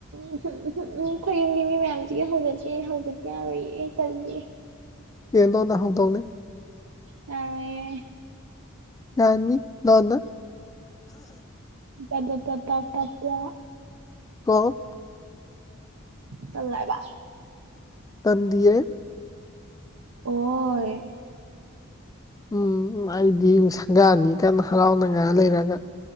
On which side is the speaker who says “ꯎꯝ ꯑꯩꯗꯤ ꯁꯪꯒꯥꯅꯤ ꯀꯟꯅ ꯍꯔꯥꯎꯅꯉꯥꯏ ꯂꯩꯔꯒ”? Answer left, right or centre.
Left